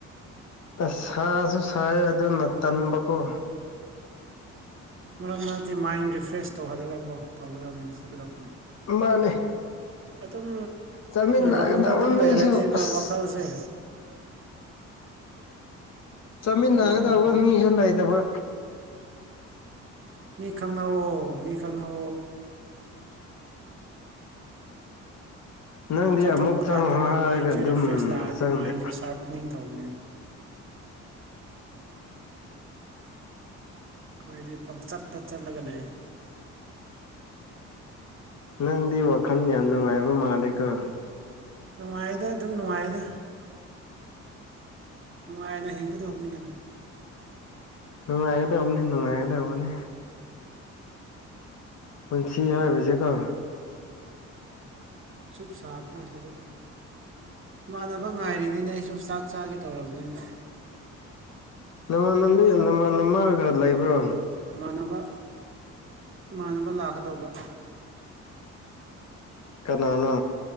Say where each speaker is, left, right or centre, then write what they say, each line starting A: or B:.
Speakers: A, on the left (about 60°); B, on the right (about 40°).
A: ꯑꯁ ꯁꯥꯁꯨ ꯁꯥꯏ ꯑꯗꯨꯅ ꯇꯟꯕꯀꯣ
B: ꯆ ꯅꯠꯇꯦ ꯃꯥꯏꯟ ꯔꯤꯐ꯭ꯔꯦꯁ ꯇꯧꯍꯜꯂꯒꯀꯣ ꯇꯧꯒꯗꯕꯅꯤ ꯆꯠꯀꯗꯕ
A: ꯃꯥꯅꯦ
B: ꯑꯗꯨꯝ
A: ꯆꯠꯃꯤꯟꯅꯒꯗꯕ
B: ꯔꯨꯝꯗ ꯑꯗꯨꯝ
A: ꯃꯤꯁꯨ
B: ꯂꯩꯔꯗꯤꯕ
A: ꯑꯁ
B: ꯋꯥꯈꯜꯁꯦ
A: ꯆꯥꯃꯤꯟꯅꯒꯗꯕ
B: ꯂꯥꯛꯑꯔꯣꯏ
A: ꯃꯤ ꯈ ꯂꯩꯇꯕ
B: ꯃꯤ ꯈꯪꯅꯣ ꯃꯤ ꯈꯪꯅꯣ
A: ꯅꯪꯗꯤ
B: ꯆꯠꯊꯣꯛꯄ
A: ꯑꯃꯨꯛ ꯆꯪꯈ꯭ꯔꯣ
B: ꯀꯥꯟꯗꯅ
A: ꯍꯥꯏꯔꯒ
B: ꯃꯥꯏꯟꯁꯦ
A: ꯑꯗꯨꯝ
B: ꯔꯤꯐ꯭ꯔꯦꯁ ꯂꯥꯛꯑꯅꯤ
A: ꯆꯪꯗꯦ
B: ꯃꯥꯏꯟꯁꯦ ꯁꯥꯔꯄꯅꯤꯡ ꯇꯧꯕ ꯑꯩꯈꯣꯏꯗꯤ ꯄꯪꯆꯠꯇ ꯆꯠꯂꯒ ꯂꯩ
A: ꯅꯪꯗꯤ ꯋꯥꯈꯜ ꯌꯥꯝ ꯅꯨꯡꯉꯥꯏꯕ ꯃꯥꯜꯂꯦꯀꯣ
B: ꯅꯨꯡꯉꯥꯏꯗ ꯑꯗꯨꯝ ꯅꯨꯡꯉꯥꯏꯗ ꯅꯨꯡꯉꯥꯏꯅ ꯍꯤꯡꯒꯗꯕꯅꯤ ꯀꯩꯅꯣ
A: ꯅꯗꯅꯤ ꯅ ꯃꯗꯕꯅꯤ ꯄꯨꯟꯁꯤ ꯍꯥꯏꯕꯁꯤꯀꯣ
B: ꯆꯨꯞ ꯁꯥꯞ ꯉꯁꯤꯗ ꯏꯃꯥꯟꯅꯕ ꯉꯥꯏꯔꯤꯅꯤꯅꯦ ꯑꯩꯁꯨ ꯆꯥꯛ ꯆꯥꯒꯦ ꯇꯧꯔꯕꯅꯤꯅ
A: ꯅꯃꯥꯟ ꯅꯕꯤ ꯅꯃꯥꯟ ꯅꯃꯥꯒ ꯂꯩꯕ꯭ꯔ
B: ꯏꯃꯥꯟꯅꯕ ꯏꯃꯥꯟꯅꯕ ꯂꯥꯛꯀꯗꯧꯕ
A: ꯀꯅꯥꯅꯣ